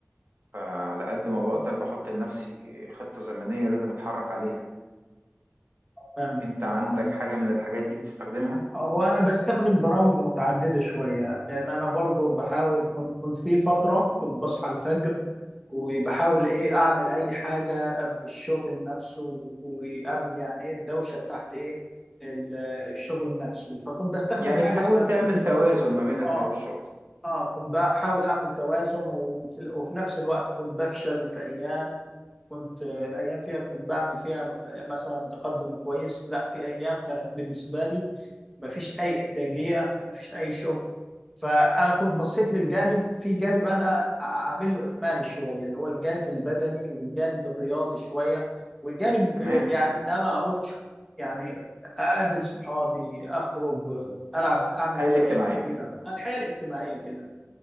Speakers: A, on the right (about 60°); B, in the centre.
A: فعلى قد ما بقدر بحط لنفسي خطة زمنية لازم أتحرك عليها
B: آه،
A: أنت عندك
B: فاهم
A: حاجة من الحاجات دي بتستخدمها
B: هو انا بستخدم برامج متعدده شويه لان انا برضو بحاول كنت كنت في فتره كنت بصحى الفجر وبحاول ايه اعمل اي حاجه قبل الشغل نفسه وقبل يعني ايه الدوشه بتاعت ايه ال- الشغل نفسه فكنت بستخدم
A: يعني
B: حاجه
A: بتحاول
B: اسمها
A: تعمل
B: نوشن
A: توازن ما بين الحياة
B: اه
A: والشغل
B: اه كنت بحاول اعمل توازن وفي, وفي نفس الوقت كنت بفشل في ايام كنت آه، ايام فيها كنت بعمل فيها مثلا تقدم كويس لا في ايام كانت بالنسبه لي مفيش اي انتاجيه مفيش اي شغل فانا كنت بصيت للجانب في جانب انا عامل له اهمال شويه اللي هو الجانب البدني والجانب الرياضي شويه والجانب
A: تمام
B: آه، يعني ان انا اروح اشوف يعني اقابل صحابي اخرج العب اعمل
A: الحياة الاجتماعية
B: هوايات كتيره الحياه الاجتماعيه كده